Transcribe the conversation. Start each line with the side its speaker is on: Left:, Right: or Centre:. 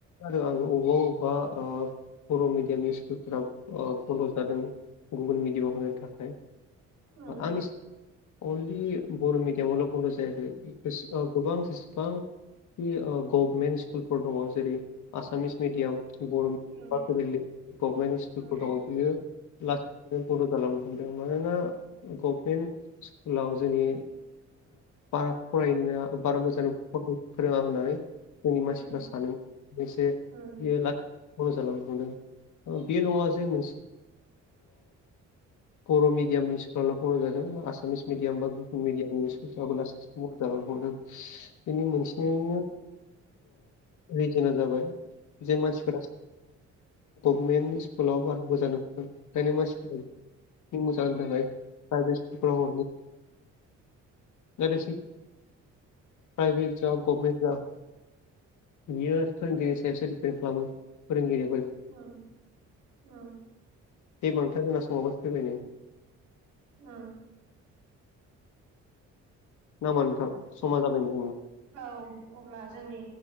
Left: आरो आं अबेबा अबेबा बर' मिडियामनि स्कुलफोरा बन्द' जादों। गुबुन मिडियायाव होनो थाखाय
Right: उम
Left: आंनि अनलि बर' मिडियामावल' बन्द' जायाखै गोबां जेसेबां गभनमेन्ट स्कुलफोर दंङ जेरै आसामिस मिडियाम बर' मिडयाम
Right: उम
Left: फोर गभमेन्ट स्कुलफोर
Right: उम
Left: दंङ बियो। लासै लासैनो बड' खालामालामनो हमदों मानोना गभनमेन्ट स्कुलाव जोंनि बारा फरायनो बारा मोजां फोरोंङा होननानै जोंनि मानसिफ्रा
Right: उम
Left: सान एसे
Right: उम
Left: बियो लाथि ख' जालांनो हमदों बे न'आ जे मोनसे बर' मिडियामनि स्कुल सक बर' जादों आसामिस मिडियाम बा गुबुन मिडिामनिस लासै बर' ज' हरदों। बेनि मोनसेनि रिजोनआ जाबाय जे मासिफोर- गभमेन्ट स्कुलाव बारा मोजां नुदों बेखायनो मानसिफ्रा मोजां होनो थाखाय प्राइभेट स्कुलाव हर प्राइभेट ज गभर्मेन्ट जा बियो फोरोंगिरिनि सायावसो दिपेन खालामो फोरोंगिरि
Right: अ अ
Left: दे नोंथां जोंना समाबो फैबायनाय
Right: अ
Left: नाामबा नोंथां समा जाबाय नो जोंना।
Right: औ अब्ला जोंनि